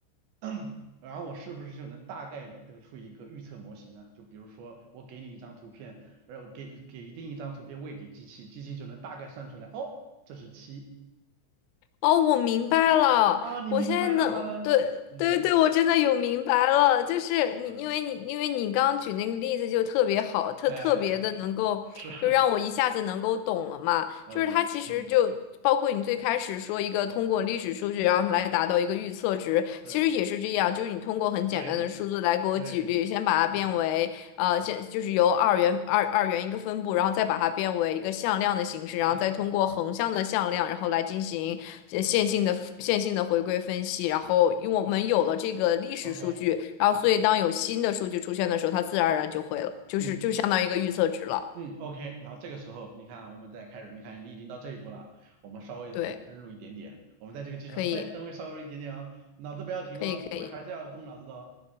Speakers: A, on the right; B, on the left.
A: <clears throat> 然后我是不是就能大概率得出一个预测模型啊？就比如说我给你一张图片，然后给给定一张图片喂给机器，机器就能大概算出来，哦，这是七
B: 哦，我明白了，
A: 啊，你明白了吗？
B: 我现在能，对对对，
A: 嗯
B: 我真的有明白了，就是你，
A: 嗯，
B: 因为你，因为你刚举那个例子就特别好，特特别的能够，
A: 哎哎。是，
B: 就让我一下子能够懂了嘛，
A: 呃，
B: 就是它其实就。
A: 我嗯，
B: 包括你最开始说一个通过历史数据，然后来达到一个预测值，
A: 是，
B: 其实也是这样，就是你通过很简单的数字来给我举例，
A: 对对
B: 先把它变为呃，
A: 对，
B: 先就是由二元二二元一个分布，然后再把它变为一个向量的形式，
A: 是的，
B: 然后再通过横向的向量，然后来进行。线性的线性的回归分析，然后因为我们有了这个历史数据，
A: 是，OK
B: 然后所以当有新的数据出现的时候，
A: OK，
B: 它自然而然就会了，就是就相当于一个预测值了。
A: 嗯嗯，OK，然后这个时候你看，我们再开始，你看你已经到这一步了，我们稍微的再深入一点点，
B: 对，
A: 我们在这个基础上再深微稍微一点点哦，
B: 可以，
A: 脑子不要停哦，
B: 可以，可以。
A: 因为还是要动脑子的哦。